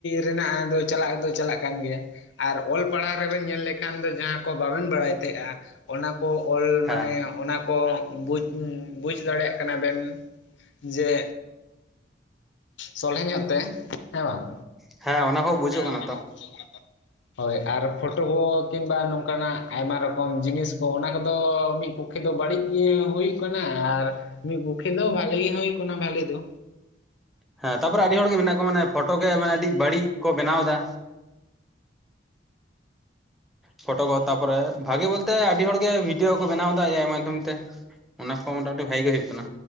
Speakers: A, on the left (about 75°); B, in the centre.
A: ᱨᱮᱱᱟᱜ ᱦᱮᱸ, ᱪᱟᱞᱟᱜ ᱫᱚ ᱪᱟᱞᱟᱜ ᱠᱟᱱ ᱜᱮᱭᱟ ᱟᱨ ᱚᱞ ᱯᱟᱲᱦᱟᱣ ᱨᱮᱵᱮᱱ ᱧᱮᱞ ᱞᱮᱠ ᱠᱷᱟᱱ ᱫᱚ ᱡᱟᱦᱟᱸ ᱠᱚ ᱵᱟᱵᱮᱱ ᱵᱟᱲᱟᱭ ᱛᱟᱦᱮᱸᱜ-ᱟ ᱚᱱᱟ ᱠᱚ ᱚᱞ
B: ᱦᱮᱸ
A: ᱢᱟᱱᱮ ᱚᱱᱟ ᱠᱚ ᱵᱩᱡᱽ, ᱵᱩᱡ ᱫᱟᱲᱮᱭᱟᱜ ᱠᱟᱱᱟ ᱵᱮᱱ ᱡᱮ ᱥᱚᱞᱦᱮ ᱧᱚᱜ ᱛᱮ ᱦᱮᱸ ᱵᱟᱝ?
B: ᱦᱮᱸ ᱚᱱᱟ ᱠᱚ ᱵᱩᱡᱚᱜ
A: ᱦᱮᱸ
B: ᱠᱟᱱᱟ
A: ᱚᱱᱟ
B: ᱛᱚ
A: ᱦᱚᱸ ᱵᱩᱡᱷᱩᱜ ᱠᱟᱱᱟ ᱛᱚ᱾ ᱦᱳᱭ ᱟᱨ ᱯᱷᱚᱴᱚ ᱠᱚ ᱠᱤᱝᱵᱟ ᱱᱚᱝᱠᱟᱱᱟᱜ ᱟᱭᱢᱟ ᱨᱚᱠᱚᱢ ᱡᱤᱱᱤᱥ ᱠᱚ ᱚᱱᱟ ᱠᱚᱫᱚ ᱢᱤᱜ ᱯᱚᱠ ᱯᱚᱠᱠᱷᱮ ᱫᱚ ᱵᱟᱹᱲᱤᱡ ᱜᱮ ᱦᱩᱭᱩᱜ ᱠᱟᱱᱟ ᱟᱨ ᱢᱤᱫ ᱯᱚᱠᱠᱷᱮ ᱫᱚ ᱵᱷᱟᱞᱤ ᱜᱮ ᱦᱳᱭᱳᱜ ᱠᱟᱱᱟ ᱵᱷᱟᱞᱤ ᱫᱚ᱾
B: ᱦᱮᱸ ᱛᱟᱯᱚᱨᱮ ᱟᱹᱰᱤ ᱦᱚᱲ ᱜᱮ ᱢᱮᱱᱟᱜ ᱠᱚᱣᱟ ᱢᱟᱱᱮ ᱯᱷᱚᱴᱚ ᱜᱮ ᱢᱟᱱᱮ ᱟᱹᱰᱤ ᱵᱟᱹᱲᱤᱡ ᱠᱚ ᱵᱮᱱᱟᱣᱫᱟ᱾ ᱯᱷᱚᱴᱚ ᱠᱚ ᱛᱟᱯᱚᱨᱮ ᱵᱷᱟᱜᱤ ᱵᱚᱞᱛᱮ ᱟᱹᱰᱤ ᱦᱚᱲᱜᱮ ᱵᱷᱤᱰᱭᱳ ᱠᱚ ᱵᱮᱱᱟᱣ ᱫᱟ ᱮᱭᱟᱭ ᱢᱟᱫᱽᱫᱷᱚᱢ ᱛᱮ᱾ ᱚᱱᱟ ᱠᱚ ᱢᱚᱴᱟᱢᱚᱴᱤ ᱵᱷᱟᱜᱤ ᱜᱮ ᱦᱩᱭᱩᱜ ᱠᱟᱱᱟ᱾